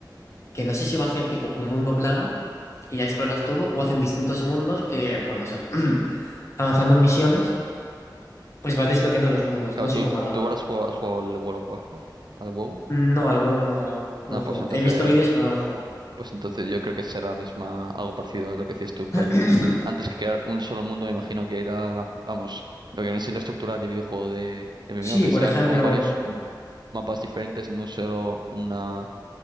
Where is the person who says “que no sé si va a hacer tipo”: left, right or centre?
Left